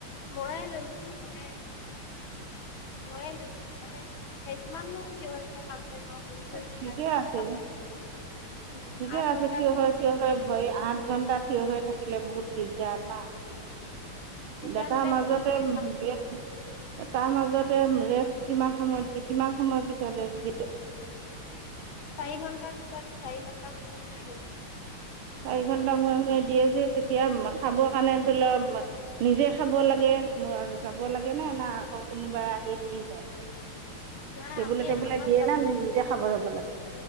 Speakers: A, on the left; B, on the right.
A: ময়ে লৈছো মানে, ময়ে লৈছো মানে। এই কিমাননো থিয় থিয় কাম কৰিম আও ভৰি চৰি
B: অ,
A: বিষাই
B: ঠিকে আছে
A: গৈছে। উম
B: ঠিকে
A: আঠ
B: আছে,
A: ঘন্টা
B: থিয় হয়
A: হৈ
B: থিয়
A: থাকিব
B: হয়
A: লাগে
B: ভৰি আগ ঘণ্টা থিয় হৈ থাকিলে বহুত দিগদাৰ না।
A: এতিয়া
B: দাতা
A: মানে
B: মাজতে
A: বহি বহি
B: এ
A: কাম
B: তাৰ মাজতে ৰেষ্ট কিমান সময় দিয়ে কিমান সময়ৰ পিছত ৰেষ্ট দি
A: চাৰি ঘন্টা পিছত, চাৰি ঘটা মূৰে মুৰে দিয়ে।
B: চাৰি ঘন্টা মূৰে মূৰে দিয়ে যে তেতিয়া খাবৰ কাৰণে ধৰি ল নিজে খাব লাগে ম-যাব লাগে নে না আকৌ কোনোবা আহি দি যায়,
A: নাই
B: টেবুল
A: আমি
B: টেবুল
A: আমাক
B: দিয়ে নে নিজে খাব যাব লাগে?